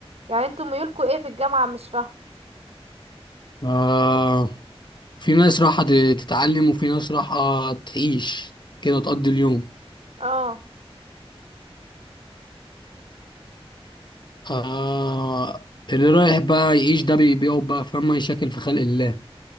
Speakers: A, on the right; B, on the left.
A: يعني انتوا ميولكوا ايه في الجامعة مش فاهمة
B: آه في ناس راحة ت- تتعلم وفي ناس راحة تعيش كده تقضي اليوم
A: اه
B: آه اللي رايح بقى يعيش ده بي- بيقعد بقى فما يشكل في خلق الله